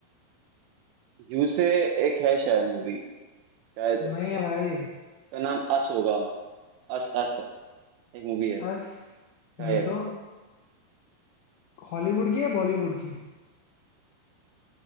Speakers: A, on the right (about 80°); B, on the left (about 85°).
A: यू से एक है शायद मूवी शायद
B: नहीं है भाई
A: का नाम अस होगा Us Us एक मूवी है
B: बस
A: शायद
B: नहीं तो हॉलीवुड की है बॉलीवुड की है?